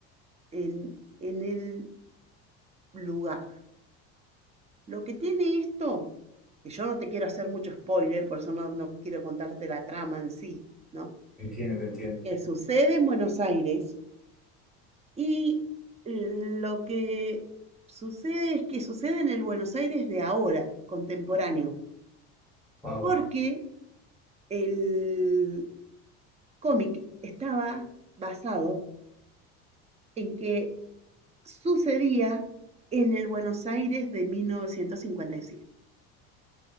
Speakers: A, on the right; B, in the centre.
A: en, en el lugar. Lo que tiene esto, que yo no te quiero hacer mucho spoiler, por eso no, no quiero contarte la trama en sí, ¿no?
B: entiendo, entiendo.
A: Que sucede en Buenos Aires y lo que sucede es que sucede en el Buenos Aires de ahora, contemporáneo,
B: Wow.
A: porque el cómic estaba basado en que sucedía en el Buenos Aires de 1957.